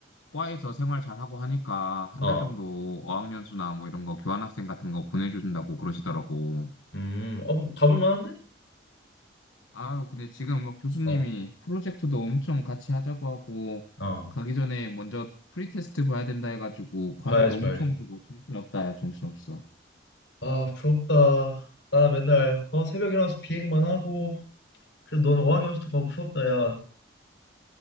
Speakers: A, on the left; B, on the left.
A: 과에서 생활 잘하고 하니까 한
B: 어.
A: 달 정도 어학연수나 뭐 이런 거 교환학생 같은 거 보내주신다고 그러시더라고.
B: 음. 어 그럼 가볼 만한데?
A: 아유 근데 지금 막 교수님이
B: 어.
A: 프로젝트도 엄청 같이 하자고 하고
B: 어.
A: 가기 전에 먼저 프리테스트 봐야 된다 해가지고 과제도
B: 봐야지
A: 엄청
B: 봐야지.
A: 주고 정신없다 야 정신없어.
B: 아 부럽다. 나 맨날 어 새벽 일어나서 비행만 하고 그래도 너는 어학연수도 가고 부럽다 야.